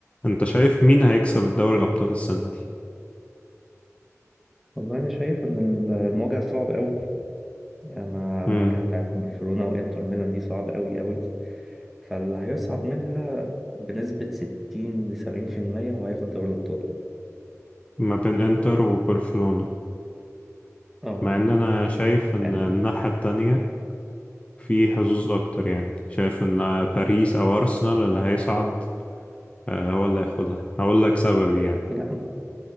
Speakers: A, on the left; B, in the centre.
A: انت شايف مين هيكسب الدوري الابطال السنه دي
B: والله أنا شايف إن ال- المواجهة صعب أوي أنا المواجهة
A: مم.
B: بتاعت برشلونة وإنتر ميلان دي صعبة أوي أوي فاللي هيصعد منها بنسبة ستين لسبعين في المية وهياخد دوري الأبطال
A: ما بين انتر وبرشلونه
B: آه
A: مع ان انا شايف ان
B: يعني
A: الناحيه التانية في حظوظ اكتر يعني شايف ان باريس او ارسنال اللي هيصعد آه، هو اللي هياخدها هقول لك سببي يعني
B: لا